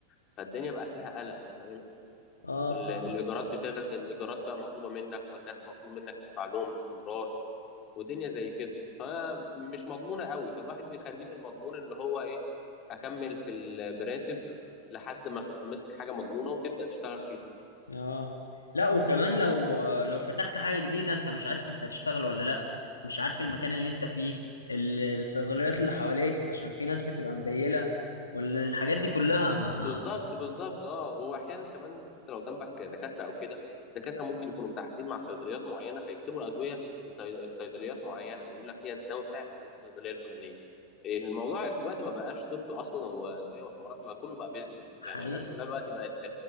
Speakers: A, on the left; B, on the left.
A: فالدنيا بقى فيها قلق فاهم
B: اه
A: ال-
B: فاهم
A: الايجارات بتغرق الايجارات بقى مطلوبة منك والناس مطلوب منك تدفع لهم باستمرار ودنيا زي كده فمش مضمونة قوي فالواحد بيخليه في المضمون اللي هو ايه اكمل في ال- براتب لحد ما تبقى ماسك حاجة مضمونة وتبدأ تشتغل فيها
B: اه لا وكمان لو لو فتحت حاجة جديدة انت مش عارف انت هتشتغل ولا لا مش عارف المكان اللي انت فيه ال- الصيدليات اللي حواليك عشان في ناس بتبقى مديلة والحاجات دي كلها ما
A: بالظبط بالظبط اه واحيانا كمان حتى لو جنبك دكاترة او كده الدكاترة ممكن يكونوا متعاقدين مع صيدليات معينة فيكتبوا ادوية لصي- لصيدليات معينة ويقول لك هي الدواء بتاعي هتلاقيه في الصيدلية الفلانية الموضوع دلوقتي ما بقاش طب اصلا وادوية وحوارات ده بقى كله بقى بيزنس
B: حقيقي
A: يعني الناس كلها دلوقتي بقت